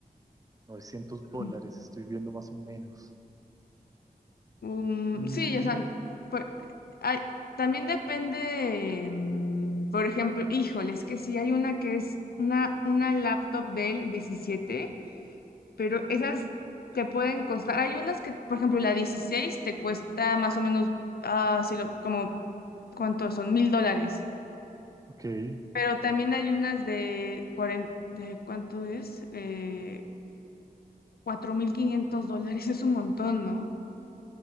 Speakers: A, on the right; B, on the left.
A: novecientos dólares,
B: Mm,
A: estoy viendo más o menos.
B: um,
A: Mm,
B: sí, o sea, por- hay- también depende, mm, por ejemplo, híjole, es que sí hay una que es una, una laptop del diecisiete pero esas te pueden costar, hay unas que, por ejemplo, la 16 te cuesta más o menos, ah, si lo, como, ¿cuántos son? Mil dólares.
A: ok,
B: Pero también hay unas de, cuarenta de ¿cuánto es? Eh, cuatro mil quinientos dólares es un montón, ¿no?